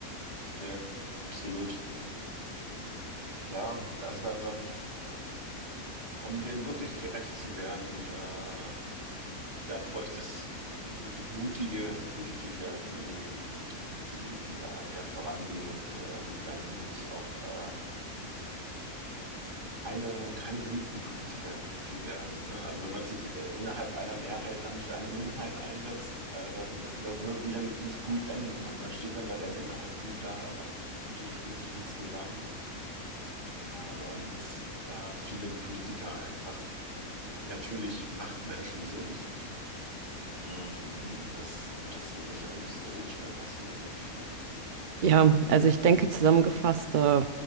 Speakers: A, on the right; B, on the right.
A: ja, absolut. Ja, also da, da, um dem wirklich gerecht zu werden, da, da bräuchte es wirklich mutige Politiker, die, die, die da eher vorangehen und äh, die werden sicherlich auch äh, keine, keine beliebten Politiker dann irgendwie werden. Ne? Also wenn man sich äh, innerhalb einer Mehrheit dann für eine Minderheit einsetzt, äh, das, das wird sicherlich nicht gut enden. Man, man steht dann bei der Minderheit gut da, aber natürlich nicht insgesamt. Äh, und da viele Politiker einfach natürlich Machtmenschen sind, mm, wird das, wird das sicherlich auch nicht so schnell passieren, denke ich mal.
B: Ja, also ich denke, zusammengefasst, äh,